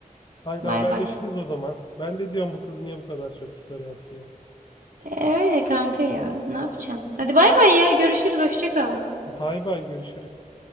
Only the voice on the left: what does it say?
Kanka
haberleşiriz
o zaman. Ben de diyorum bu kız niye bu kadar çok story atıyor.
Bay bay görüşürüz.